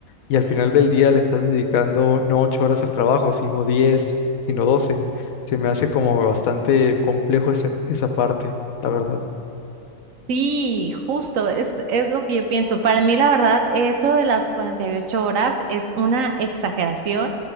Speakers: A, on the left; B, on the right.
A: y al final del día le estás dedicando no ocho horas al trabajo, sino diez, sino doce. Se me hace como bastante complejo ese, esa parte, la verdad.
B: Sí, justo, es, es lo que yo pienso. Para mí, la verdad, eso de las 48 horas es una exageración.